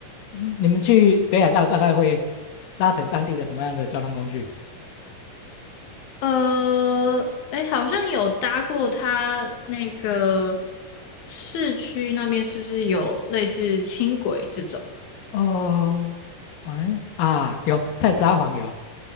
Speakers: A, on the left (about 85°); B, on the left (about 65°).
A: 嗯你们去北海道大概会搭乘当地的什么样的交通工具？
B: 呃，哎，好像有搭过它那个市区那边，是不是有类似轻轨这种？
A: 哦，哎啊，有在札幌有，